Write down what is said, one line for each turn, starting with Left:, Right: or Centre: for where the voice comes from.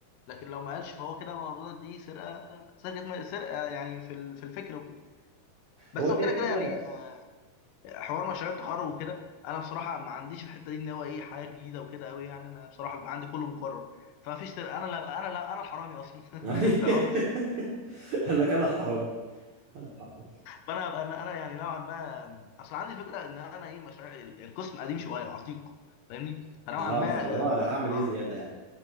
Left: لكن لو ما قالش فهو كده برضك دي سرقه سرقه سرقه يعني في ال- في الفكر وكده بس
Right: هو
Left: وكده
Right: كده
Left: كده
Right: كده
Left: كده يعني آه، حوار مشاريع التخرج وكده انا بصراحه ما عنديش الحته دي ان هو ايه حاجه جديده وكده قوي يعني انا بصراحه بيبقى عندي كله مقرر فما فيش سرقه انا لا انا لا انا الحرامي اصلا <laughs>
Right: <laughs>
Left: في حوار مش-
Right: قال لك انا الحرامي انا الحرامي
Left: فانا أبقى- انا أنا يعني نوعا ما اصل عندي فكره ان انا ايه مشاريع القسم قديم شويه عتيق فاهمني فنوعا
Right: اه
Left: ما
Right: فاللي هو هعمل ايه
Left: اه
Right: زيادة يعني